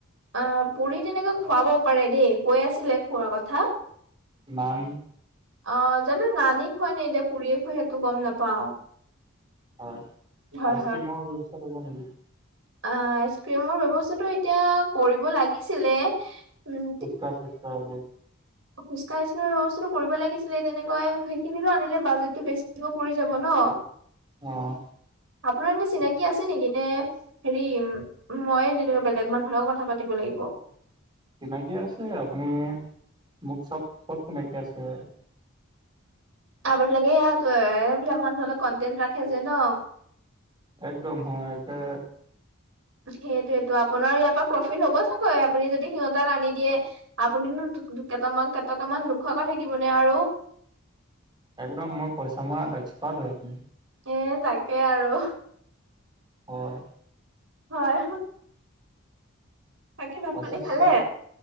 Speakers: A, on the right (about 75°); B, on the right (about 25°).
A: আ পুৰি তেনেকৈ খুৱাব পাৰে দেই। কয় আছিলে খোৱা কথা।
B: ইমান
A: অ, জানো নানে খুৱাই নে এতিয়া পুুৰীয়ে খোৱাই সেইটো গম নাপাও।
B: হয়।
A: হয়
B: আইচ ক্ৰীমৰ ব্যৱস্থা কৰিব নিকি?
A: অ'আইচক্ৰীমৰ ব্যৱস্থাটো এতিয়া কৰিব লাগিছিলে। উম
B: পুস্কা চুচকা এইবোৰ।
A: পুষ্কা সুস্কা ব্যৱস্থাটো কৰিব লাগিছিলে। তেনেকৈ সেইখিনিতো আনিলে বাজেটটো বেছিকে পৰি যাব ন। <inaudible>
B: অ'।
A: আপোনাৰ কি চিনাকি আছে নেকি? নে হেৰি, মই তেনেকুৱা বেলেগ মানুহৰ লগত কথা পাতিব লাগিব?
B: চিনাকি আছে আপুনি মোক চব- চব চিনাকি আছে।
A: আপোনালোকে সেয়াট সেইবিলাক মানুহৰ অলপ কণ্টেণ্ট ৰাখে যে ন?
B: একদম হয়। এটে
A: সেইটোয়েইটো আপোনাৰ ইয়াৰ পৰা প্ৰফিট হ'ব চাগৈ আপুনি যদি সিহঁতক আনি দিয়ে। আপুনিনো দুট কেইটামান-কেইটকামান নোখোৱাকৈ থাকিবনে আৰু?
B: একদম মই পইচা মৰাত এক্সপাৰ্ট হয়।
A: এ, তাকে আৰু।
B: হয়।
A: হয়। বাকী ভাত
B: পইচা
A: পানী
B: চইছা
A: খালে